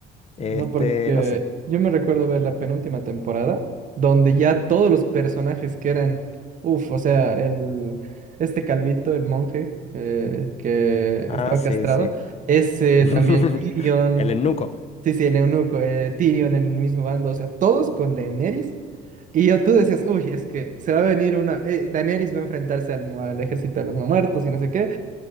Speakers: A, on the right (about 50°); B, on the left (about 40°).
A: No,
B: Este,
A: porque
B: no sé.
A: yo me recuerdo ver la penúltima temporada, donde ya todos los personajes que eran, uff, o sea, el, este calvito, el monje eh, que
B: Ah,
A: estaba
B: sí,
A: castrado,
B: sí.
A: ese
B: <laughs>
A: también Tyrion,
B: El eunuco.
A: sí, sí, el eunuco, eh, Tyrion en el mismo bando, o sea, todos con Daenerys. Y yo tú decías, uy, es que se va a venir una, eh, Daenerys va a enfrentarse al, mu- al ejército de los no muertos y no sé qué.